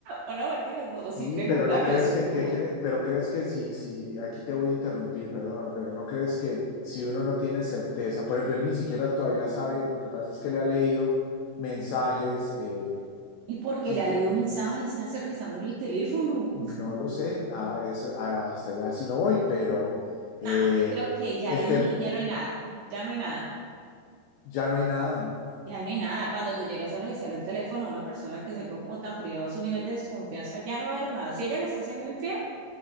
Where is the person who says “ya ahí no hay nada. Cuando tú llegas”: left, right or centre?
Right